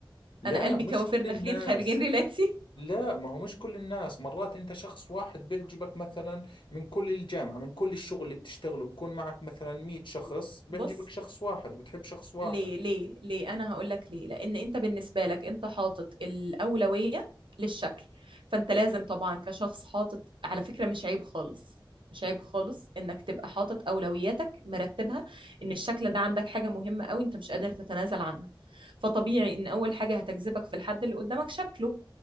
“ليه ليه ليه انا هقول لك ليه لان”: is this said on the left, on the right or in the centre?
Right